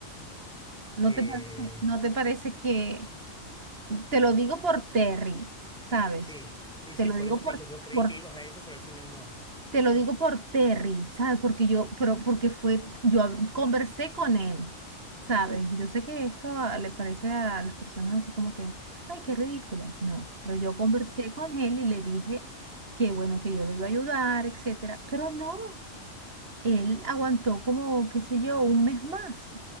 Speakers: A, on the right; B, in the centre.
A: ¿No
B: Eh,
A: te parece, no te parece que, te lo digo por Terry, ¿sabes?
B: sí, sí,
A: Te
B: sí,
A: lo
B: por
A: digo
B: eso
A: por,
B: te dije, yo creí
A: por
B: que ibas a eso, pero al final no.
A: Te lo digo por Terry, ¿sabes? Porque yo, pero porque fue, yo hab- conversé con él, ¿sabes? Yo sé que esto a- le parece a las personas así como que, ay, qué ridícula. No, pero yo conversé con él y le dije que bueno, que yo lo iba a ayudar, etcétera. Pero no él aguantó como, qué sé yo, un mes más,